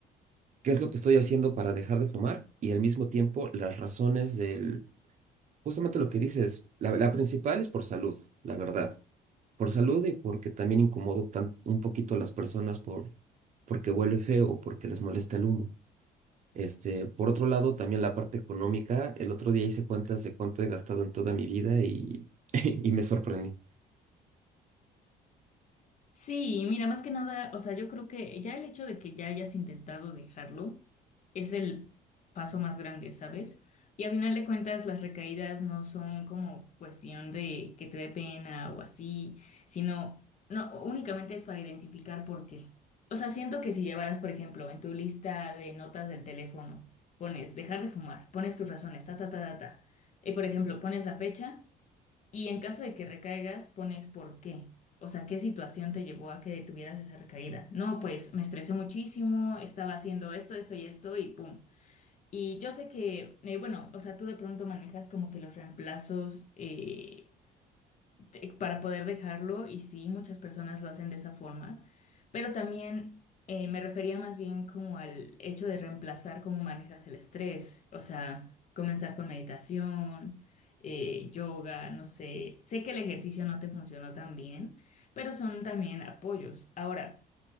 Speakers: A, on the right; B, on the left.
A: qué es lo que estoy haciendo para dejar de fumar y al mismo tiempo las razones del, justamente lo que dices, la, la principal es por salud, la verdad por salud y porque también incomodo tan- un poquito a las personas por, porque huele feo o porque les molesta el humo. Este, por otro lado, también la parte económica. El otro día hice cuentas de cuánto he gastado en toda mi vida y, <laughs> y me sorprendí.
B: Sí, mira, más que nada, o sea, yo creo que ya el hecho de que ya hayas intentado dejarlo es el paso más grande, ¿sabes? Y a final de cuentas, las recaídas no son como cuestión de que te dé pena o así, sino no, únicamente es para identificar por qué. O sea, siento que si llevaras, por ejemplo, en tu lista de notas del teléfono, pones dejar de fumar, pones tus razones, ta, ta, ta, ta, ta, y por ejemplo, pones la fecha. Y en caso de que recaigas, pones por qué. O sea, ¿qué situación te llevó a que tuvieras esa recaída? No, pues me estresé muchísimo, estaba haciendo esto, esto y esto y pum. Y yo sé que, eh, bueno, o sea, tú de pronto manejas como que los reemplazos, eh, te- para poder dejarlo y sí, muchas personas lo hacen de esa forma, pero también eh, me refería más bien como al hecho de reemplazar cómo manejas el estrés, o sea, comenzar con meditación, eh, yoga, no sé, sé que el ejercicio no te funcionó tan bien, pero son también apoyos. Ahora,